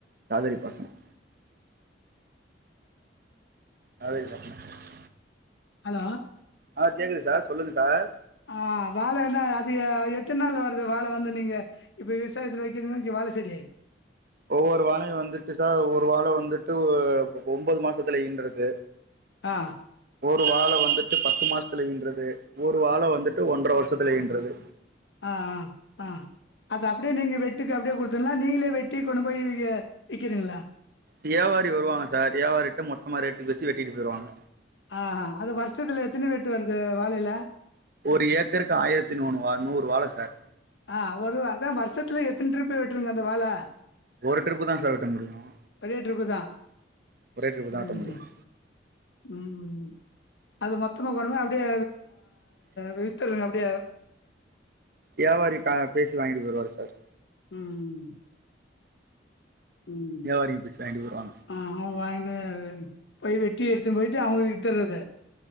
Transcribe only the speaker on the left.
ஹலோ
ஆஹ் வாழை என்ன அது எத்தன நாள் வருது வாழை வந்து நீங்க இப்ப விவசாயத்துல வக்கிறதுன்னா வாழை செடி
ஆஹ்
ஆஹ் ஆஹ் ஆஹ் அது அப்படியே நீங்க வெட்டுக்கு அப்படியே கொடுத்து இதெல்லாம் நீங்களே வெட்டி கொண்டு போய் விக்கிறீங்களா
ஆஹ் ஆஹ் அது வருஷத்துல எத்தன வெட்டு வருது வாழையில
ஆ ஒரு அதான் வருஷத்துல எத்தநடிருப்பு வெட்டுருங்க அந்த வாழை
பெரிய ட்ரிப்பு தா
ம்
ம் அது மொத்தமா கொண்டுபோ அப்டியே வித்துடுங்க அப்படியே
உம் உம்
ஆஹ் வாங்கினு போய் வெட்டி எடுத்துன் போட்டு அவங்க வித்துறது